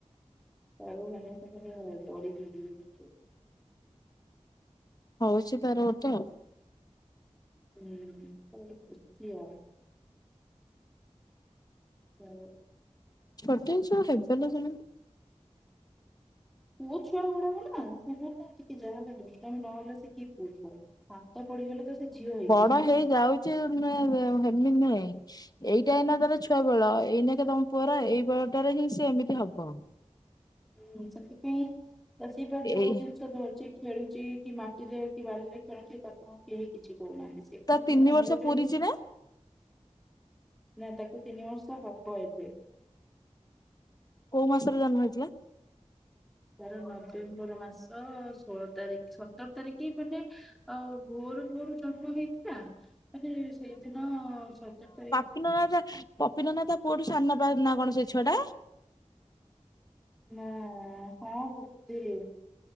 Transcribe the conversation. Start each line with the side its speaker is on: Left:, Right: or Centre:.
Centre: <unintelligible> ଡରିକି <unintelligible>
Left: ହଉଛି ତାର ଗୋଟେ ଆଉ
Centre: ହୁଁ ତା ଗୋଟେ ଖୁସି ଆଉ। ହୋ।
Left: ଛୁଟିଆ ଛୁଆ ହେଵେନା ସେମାନେ।
Centre: ପୁଅ ଛୁଆ ଗୁଡକା ନା ସେମାନେ ଟିକେ ଯାହାହଲେ ଦୁଷ୍ଟମି ନହଲେ ସେ କିଏ ପୁଅ ଛୁଆ। ଶାନ୍ତ ପଡିଗଲେ ତ ସେ ଝିଅ ହେଇଯିବେ
Left: ବଡ
Centre: ନା
Left: ହେଇଯାଉଛି ହେମିତି ନୁହେ। ଏଇଟା ଏଇନା ତାର ଛୁଆ ବେଳ ଏଇନା କେ ତମ ପୁଅର ଏଇ ବେଟାରେ ହିଁ ସେ ଏମିତି ହବ।
Centre: ହଁ ସେତିପାଇଁ ସେ ତାର ଯୋଉ
Left: ଏଇ
Centre: ଧରୁଛି ଖେଳୁଛି କି ମାଟିରେ କି ବାଲିରେ ଖେଳୁଚି ତାକୁ କେହି କିଛି କହୁନାହାନ୍ତି ସେଥି
Left: ତା ତିନି
Centre: ପାଇଁ ଆମେ
Left: ବର୍ଷ
Centre: କହୁଚେ
Left: ପୁରିଛି ନା
Centre: ନା ତାକୁ ତିନି ବର୍ଷ ହବ ଏବେ।
Left: କୋଉ ମାସରେ ଜନ୍ମ ହେଇଥିଲା?
Centre: ତାର ନଭେମ୍ବର ମାସ ଷୋହଳ ତାରିଖ ସତର ତାରିଖ ମାନେ ଆଉ ଭୋରୁ ଭୋରୁ ଜନ୍ମ ହେଇଥିଲା ମାନେ ସେଇଦିନ ସତର ତାରିଖ
Left: ପପିନ ନା ପପିନ ନା ତା ପୁଅଠୁ ସାନ ନା କଣ ସେଇ ଛୁଆ ଟା?
Centre: ନାଁ ହଁ ବୋଧେ